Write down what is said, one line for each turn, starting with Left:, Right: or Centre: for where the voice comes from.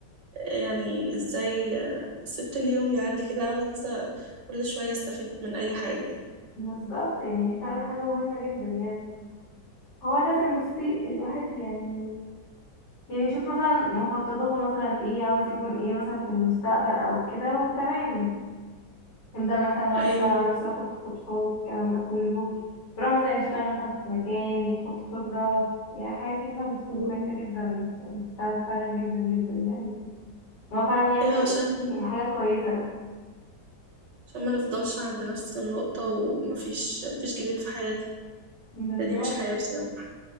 Right: يعني ازاي سبت اليوم يعدي كده عاوزة كل شوية استفيد من اي حاجة
Left: بالظبط يعني دي فعلا حاجة مهمة جدا يعني هو لازم بصي الواحد يعني يعني شوف مثلا مخططاته مثلا ايه عاوز يكون ايه مثلا في المستقبل او كده وتمام يبدأ مثلا ان هو يشتغل
Right: ايوه
Left: على نفسه ياخد كورسات الكلام ده كله يروح مثلا يشتغل مثلا في مكان ياخد خبرة يعني الحاجات دي مثلا بتكون
Right: مم.
Left: كويسة جدا يعني بتساعده فعلا جدا جدا يعني إن هو فعلا يعمل
Right: ايوه عشان
Left: يعني حاجة كويسة
Right: عشان ما نفضلش عند نفس النقطة ومفيش مفيش جديد في حياتنا
Left: بالظبط
Right: ده دي مش حياة بصراحة